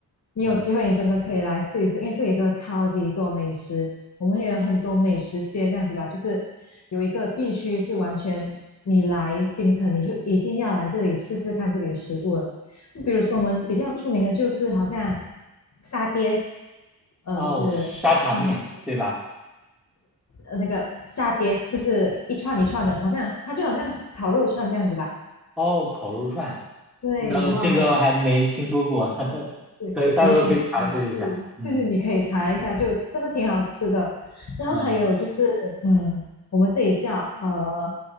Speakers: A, on the left (about 45°); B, in the centre.
A: 你有机会你真的可以来试一试，
B: 嗯，
A: 因为这里真的超级多美食，我们也有很多美食街这样子吧，就是有一个地区是完全你来槟城你就一定要来这里试试看这里的食物了，比如说我们比较出名的就是好像沙爹，呃，
B: 哦，
A: 就是啊、
B: 沙茶面对吧？
A: 呃那个沙爹就是一串一串的，好像它就好像烤肉串这样子吧。
B: 哦，烤肉串，
A: 对，
B: 那这个还没听说过，
A: 然后还有
B: <laughs>
A: 对，
B: 可以到时候可以尝试一下，
A: 也许你可以去，
B: 嗯。
A: 就是你可以查一下，就真的挺好吃的。然后还有就是，
B: 嗯，
A: 嗯，我们这里叫呃